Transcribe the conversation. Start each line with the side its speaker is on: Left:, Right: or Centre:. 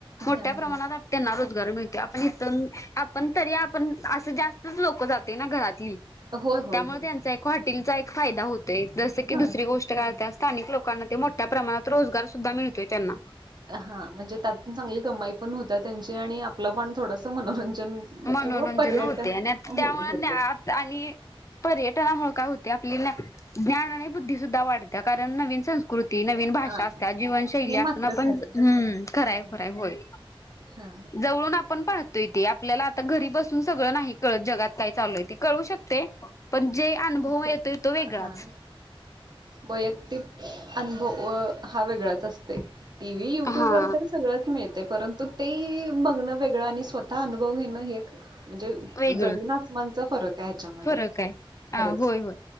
Left: मोठ्या
Right: हा
Left: प्रमाणात
Right: हा
Left: त्यांना रोजगार मिळतो आपण इथुन आपण तरी आपण आसं जास्त लोक जाते ना घरातली
Right: होय होय
Left: त्यामुळे
Right: होय
Left: त्यांचा एक हॉटेलचा एक फायदा होत ते जसं की
Right: हा
Left: दुसरी गोष्ट कायता
Right: हा
Left: स्थानिक लोकांना ते मोठ्या प्रमाणात रोजगार सुद्धा मिळतोय त्यांना.
Right: हा म्हणजे त्यात चांगली कमाई पण होता त्यांची आणि आपलं पण थोडसं मनोरंजन
Left: मनोरंजन
Right: किंवा पर्यटन
Left: होते आणि
Right: हो-
Left: त्यामुळे.
Right: होते
Left: आणि पर्यटनामुळे काय होते आपली ज्ञान आणि बुद्धी सुद्धा वाढते. त्या कारण नवीन संस्कृती नवीन भाषा
Right: हा
Left: असत जीवनशैली
Right: हे मात्र
Left: असून आपण
Right: खरं
Left: ह् खराय
Right: हम्म.
Left: खराय होय
Right: हा
Left: जवळून आपण पाहतो. आपल्याला आता घरी बसून सगळं नाही कळत जगात काय चालू आहे कळू शकत. ते पण जे अनुभव येतोय
Right: प-
Left: तो वेगळाच.
Right: हा वैयक्तिक अनुभव हा वेगळाच असते. टी व्ही युट्यूब
Left: हा
Right: वर तर सगळं. मिळ परंतु ते बगणं वेगळं आणि स्वतः अनुभव घेणं हे. म्हणजे
Left: वेगळं
Right: जमीन आसमांचा फरक आहे. ह्याच्यामध्ये
Left: फरक आहे
Right: खरंच
Left: होय होय.